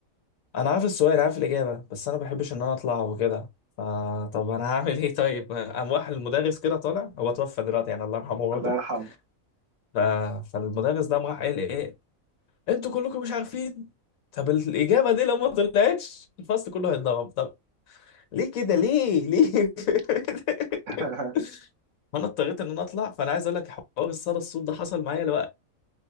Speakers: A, on the left (about 75°); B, on the right (about 65°).
A: انا عارف السؤال عارف الاجابه بس انا ما بحبش ان انا اطلع وكده فطب انا هعمل ايه طيب قام راح المدرس كده طالع هو توفى دلوقتي يعني الله يرحمه برضه
B: الله يرحمه
A: ف... فالمدرس ده قام راح قال ايه انتوا كلكم مش عارفين طب الاجابه دي لو ما طلعتش الفصل كله هيتضرب طب ليه كده ليه ليه <laughs>
B: <laughs>
A: فانا اضطريت ان انا اطلع فانا عايز اقول لك حوار الصدى الصوت ده حصل معايا لو